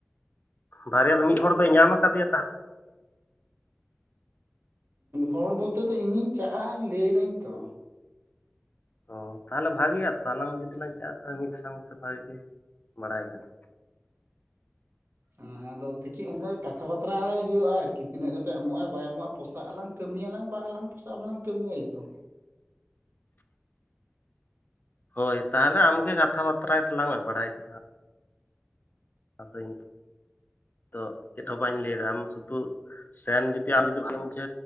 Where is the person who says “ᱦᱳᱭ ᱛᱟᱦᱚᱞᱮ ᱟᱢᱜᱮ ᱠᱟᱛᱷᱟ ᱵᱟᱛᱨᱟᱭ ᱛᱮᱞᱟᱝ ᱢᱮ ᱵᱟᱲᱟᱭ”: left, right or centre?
Left